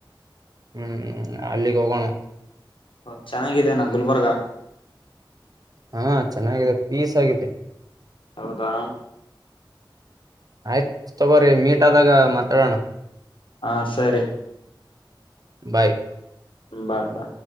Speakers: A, on the right; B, on the left.
A: ಹ್ಮ್ ಅಲ್ಲಿಗೆ ಹೋಗೋಣ
B: ಹ ಚೆನ್ನಾಗಿದೆನಾ ಗುಲ್ಬರ್ಗ
A: ಹಾ ಚೆನ್ನಾಗಿದೆ ಪೀಸ್ ಆಗಿದೆ
B: ಹೌದಾ
A: ಆಯ್ತ್ ತಗೋರಿ ಮೀಟ್ ಆದಾಗ ಮಾತಾಡೋಣ
B: ಹಾ ಸರಿ
A: ಬಾಯ್
B: ಬೈ ಆಯ್ತಾ